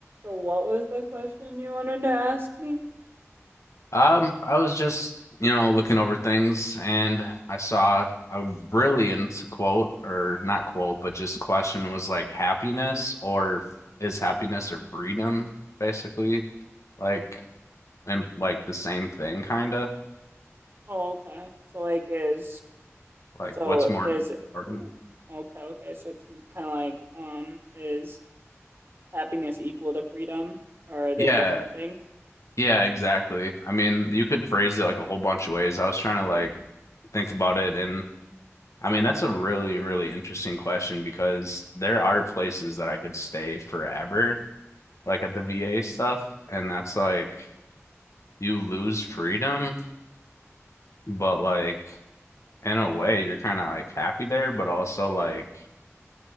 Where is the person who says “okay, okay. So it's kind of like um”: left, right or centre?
Right